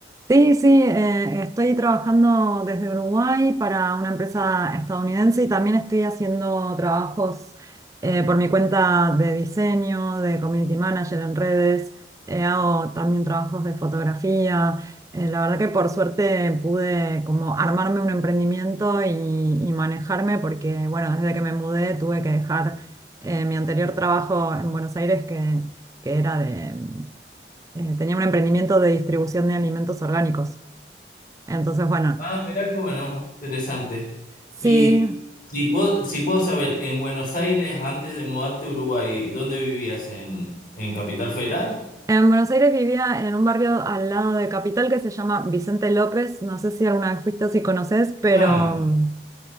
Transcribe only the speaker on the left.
Ah, mirá qué bueno, interesante.
Y si puedo, si puedo saber, en Buenos Aires, antes de mudarte a Uruguay, ¿dónde vivías? ¿En, en Capital Federal?
Ah,